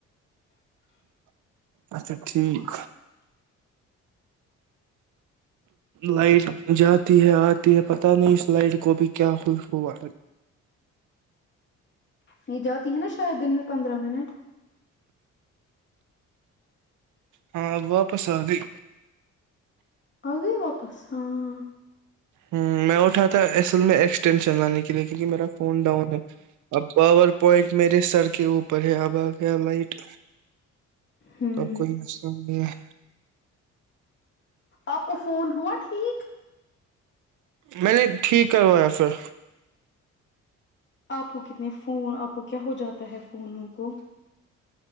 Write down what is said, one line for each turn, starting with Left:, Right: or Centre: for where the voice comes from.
Right: اچھا ٹھیک لائٹ جاتی ہے آتی ہے پتہ نہیں اس لائٹ کو بھی کیا ہوا
Left: یہ جاتی ہے نا شاید دن میں پندرہ منٹ
Right: ہاں واپس آ گی
Left: آ گ واپس ہاں
Right: ہ میں اٹھا تھا اصل میں ایکسٹینشن لانے کے لیے کیونکہ میرا فون ڈاؤن ہے اب پاور پوائنٹ میرے سر کے اوپر پر ہے اب آ گیا لائٹ
Left: ہوں
Right: تو اب کوئی مسئلہ نہیں ہے
Left: آپ کو فون ہوا ٹھیک
Right: میں نے ٹھیک کروایا پھر
Left: آپ کو کتنے فون آپ کو کیا ہو جاتا ہے فونوں کو